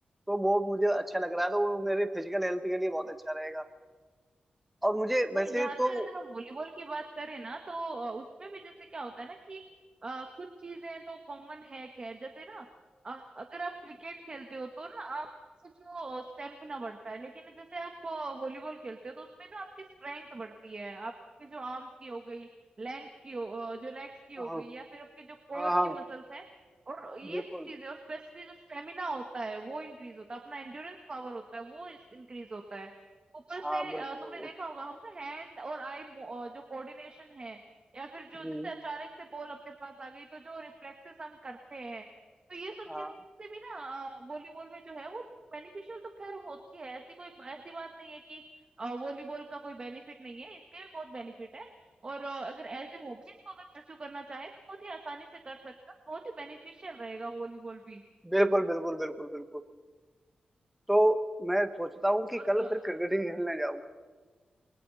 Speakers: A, in the centre; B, on the right.
A: तो वो मुझे अच्छा लग रहा है तो वो मेरे फिजिकल हेल्थ के लिए बहुत अच्छा रहेगा और मुझे
B: नहीं
A: वैसे
B: जहां
A: तो
B: तक अगर हम वॉलीबॉल की बात करें ना तो अ, उसमें भी जैसे क्या होता है ना कि अ, कुछ चीजें तो कॉमन है खैर जैसे ना अ, अगर आप क्रिकेट खेलते हो तो ना आप सिर्फ वो स्टेमिना बढ़ता है लेकिन जैसे आप वॉलीबॉल खेलते हो तो उसमें ना आपकी स्ट्रेंथ बढ़ती है आपके जो आर्म्स की हो गई लेंथ की हो अ, जो लेग्स की हो
A: हाँ
B: गई या फिर आपके जो कोर
A: हाँ हाँ
B: की मसल्स हैं और ये
A: बिल्कुल
B: सब चीजें और स्पेशली जो स्टेमिना होता है वो इंक्रीज होता है अपना एंड्योरेंस पावर होता है वो इंक्रीज होता है ऊपर से
A: हाँ बिल्कुल
B: अ, तुमने
A: बिल्कुल
B: देखा होगा हम ना हैंड और आई जो कोऑर्डिनेशन है या फिर जो
A: हम्म
B: जैसे अचानक से बॉल अपने पास आ गई तो जो रिफ्लेक्सेस हम करते हैं तो ये सब
A: हाँ
B: चीज से भी ना वॉलीबॉल में जो है वो बेनिफिशियल तो खैर होती है ऐसी कोई ऐसी बात नहीं है कि वॉलीबॉल का कोई बेनिफिट नहीं है इसके भी बहुत बेनिफिट है और अ, अगर एज ए हॉबी इसको अगर परस्यू करना चाहे तो बहुत ही आसानी से कर सकते हैं बहुत ही बेनिफिशियल रहेगा वॉलीबॉल भी
A: बिल्कुल बिल्कुल बिल्कुल बिल्कुल तो मैं सोचता हूँ कि
B: और
A: कल फिर क्रिकेट ही खेलने जाऊँ